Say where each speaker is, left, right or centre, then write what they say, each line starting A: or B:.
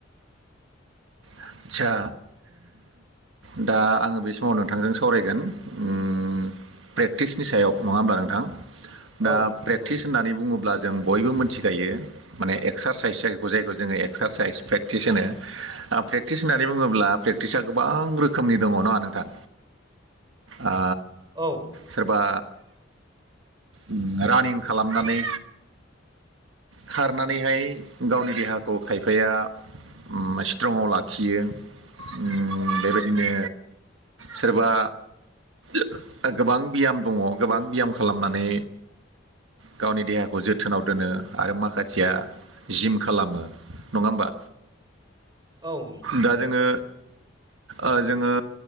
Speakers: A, on the right; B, on the right.
A: आतसा <unintelligible> दा आङो बे समाव नोंथांजों सावरायगोन ओम प्रेक्टिसनि सायाव नङा होमब्ला नोंथां दा
B: औ
A: प्रेक्टिस
B: नंगौ
A: होननानै बुङोब्ला जों बयबो मोनथिखायो माने एक्सारसाइस जाय जायखौ जोङो एक्सारसाइस प्रेकटिस होनोे। ओ प्रेक टिस होननानै बुङोब्ला प्रेकटिसा गोबां रोखोमनि दङ नङा नोंथां ओ
B: औ
A: सोरबा <unintelligible> रानिं खालामनानै खारनानैहाय गावनि देहाखौ खायफाया ओम स्ट्रंआव ला खियो ओम बेबायदिनो सोरबा <unintelligible> गोबां बियाम दङ गोबां बियाम खालामनानै गावनि देहाखौ जोथोनाव दोनो आरो माखासेया जिम खालामो नङा होमबा
B: औ नोंथां
A: दा जोङो ओ जोङो